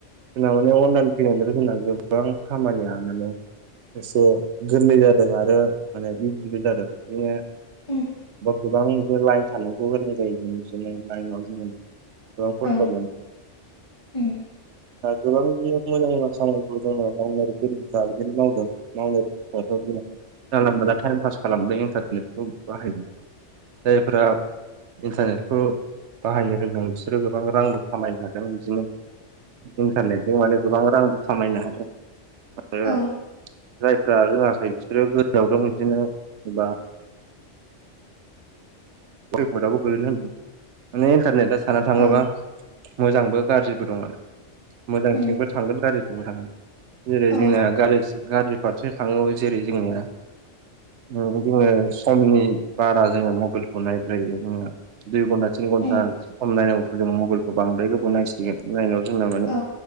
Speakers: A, on the right; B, on the left.
A: जोंना माने अनलाइन फैनांदों होनना गोबां खामानिया मानानो एसे गोरलै जादों आरो माने बिजिबो जादों बि
B: उम
A: गोबां बिनो लाइन थानांगौ गां जायोमोन बिदिनो लाइनाव जोङो। बायदि
B: औ उम
A: गोबां बिदि मोजां मोजां खामानिखौ जोङो मावनो गोरों बिदिनो मावदों मावनो जलाब दा टाइम पास खालामदों इन्टारनेटखौ बाहायदों। जायफोरा इन्टारनेटखौ बाहायनो रोंदों बिसोरो गोबां रांबो खामायनो हादों बिदिनो। इन्खारारनेटजों माने गोबां रांबो खामायनो हाग आरो
B: औ
A: जायफ्रा रोङाखै बिसोरो गोजआव दं बिदिनो जबा गयफटआवबो गो्लैनो होनदोंमोन माने इन्टारनेट आ साना थाङोबा
B: औ
A: मोजांबो गाज्रिबो दं आरो मोजांथिंबो
B: उम
A: थांगोन गाज्रिथिंबो थांगोन। जेरै
B: औ
A: जोंनिया गाज्रि गाज्रि फारसें थाङो जेरै जोंनिया जोङो समनि बारा जोङो मबाइलखौ नायद्रायो। दुइ घन्टा थिन घन्टा
B: उम
A: सम नायनांगौखौ जों मबाइलखौ बां जोंरायबाव नायसिगोन नाया जोंना माने
B: औ